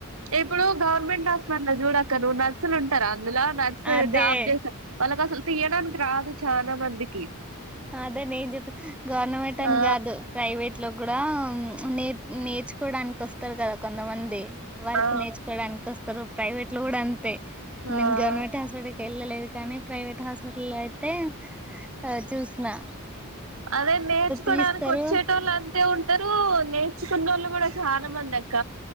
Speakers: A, on the right (about 65°); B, in the centre.
A: ఇప్పుడు గవర్నమెంట్ హాస్పిటల్ చూడక్క నువ్వు నర్సులు ఉంటరా అందులో నర్సె
B: అదే
A: జాబ్ జేస్ వాళ్ళకి అసలు తీయడానికి రాదు చానా మందికి
B: అదే నేను జేప్ప్ గవర్నమెంట్ అని
A: ఆ
B: గాదు ప్రైవేట్ లో గూడా నెర్ నె ర్చుకోడానికి ఒస్తారు గదా కొంతమంది వర్క్
A: ఆ
B: నేర్చుకోడానికి ఒస్తారు ప్రైవేట్ లొ గూడా అంతే
A: ఆ
B: నేను గవర్నమెంట్ హాస్పిటల్కి ఎళ్ళలేదు కానీ ప్రైవేట్ హాస్పిటల్ లొ అయితే అ చూసిన
A: అదే నేర్చుకోడానికి
B: తీస్తారు
A: వచ్చేటోళ్ళు అంతే ఉన్ టరు నేర్చుకున్నోళ్ళు గూడా చాన మంది అక్క